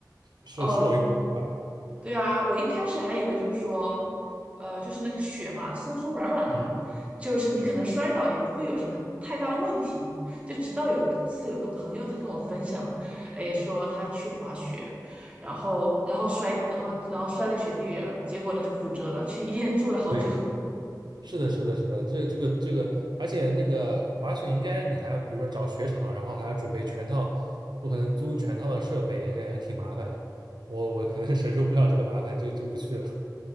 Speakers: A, on the right (about 80°); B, on the right (about 20°).
A: 是是容易骨折吧？
B: 哦，对啊，我一开始还以为就是说，呃，就是那个雪嘛，松松软软的嘛，
A: 嗯
B: 就是你可能摔倒也不会有什么太大的问题。
A: 嗯，
B: 就直到有一次，有个朋友他跟我分享了，哎，说他去滑雪，然后然后摔，然后然后摔在雪地里了，结果呢就骨折了，去医院住了好久。
A: 对。
B: <laughs>
A: 是的，是的，是的，这个这个这个，而且那个滑雪应该你还要，比如说找雪场，然后还要准备全套，我可能租全套的设备，也感觉挺麻烦的。我我可能 <laughs> 承受不了这个麻烦，就就不去了。